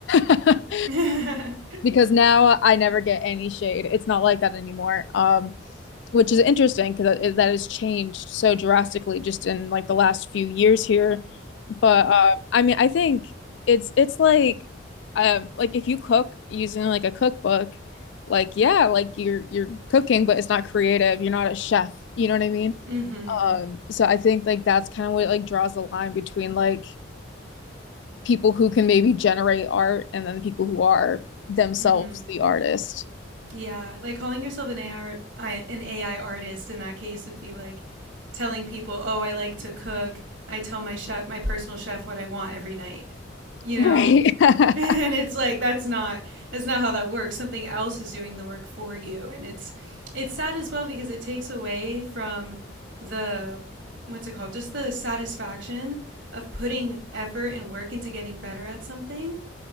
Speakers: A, on the left (about 60°); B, on the right (about 70°).
A: <laughs>
B: <laughs> mhm.
A: because now I never get any shade. It's not like that anymore. Um, which is interesting because that, that has changed so drastically just in like the last few years here. But uh, I mean, I think it's it's like um like if you cook using like a cookbook, like yeah, like you're you're cooking, but it's not creative. You're not a chef. You know what I mean?
B: Mhm.
A: Um, so I think like that's kind of what like draws the line between like people who can maybe generate art and then the people who are themselves
B: hmm
A: the artist.
B: Yeah, like calling yourself an AI an AI artist in that case would be like telling people, "Oh, I like to cook. I tell my chef, my personal chef, what I want every night." You
A: Right.
B: know, <laughs>
A: <laughs>
B: and it's like that's not that's not how that works. Something else is doing the work for you, and it's it's sad as well because it takes away from the what's it called, just the satisfaction of putting effort and work into getting better at something